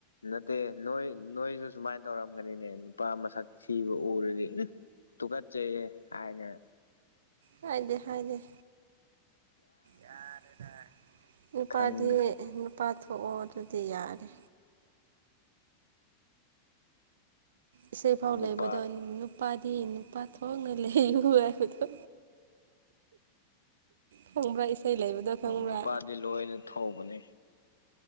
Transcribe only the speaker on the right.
ꯍꯥꯏꯗꯦ ꯍꯥꯏꯗꯦ ꯌꯥꯔꯦꯗ ꯅꯨꯄꯥꯗꯤ
ꯅꯨꯄꯥ ꯊꯣꯛꯑꯣ ꯑꯗꯨꯗꯤ ꯌꯥꯔꯦ ꯏꯁꯩ ꯐꯥꯎ
ꯂꯩꯕꯗꯣ ꯅꯨꯞ ꯅꯨꯄꯥꯗꯤ ꯅꯨꯄꯥ ꯊꯣꯛꯅ ꯂꯩꯌꯨ ꯍꯥꯏꯕꯗꯣ ꯈꯪꯕ꯭ꯔꯥ ꯏꯁꯩ ꯂꯩꯕꯗꯣ ꯈꯪꯕ꯭ꯔꯥ